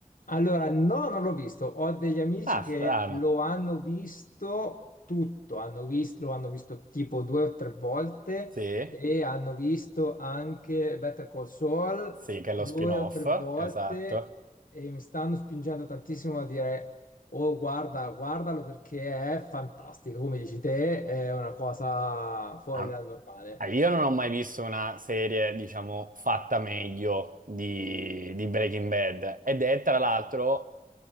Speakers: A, on the left (about 80°); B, on the right (about 75°).
A: allora, no, non l'ho visto. Ho degli amici
B: Ah, strano.
A: che lo hanno visto tutto, hanno visto, lo hanno visto tipo due o tre volte
B: Sì,
A: e hanno visto anche Better Call Saul
B: sì, che è lo
A: due
B: spin-off,
A: o tre volte
B: esatto.
A: e mi stanno spingendo tantissimo a dire. Oh, guarda, guardalo perché è fantastico, come dici te, è una cosa fuori
B: Ah,
A: dal normale.
B: ah, io non ho mai visto una serie, diciamo, fatta meglio di, di Breaking Bad. Ed è, tra l'altro,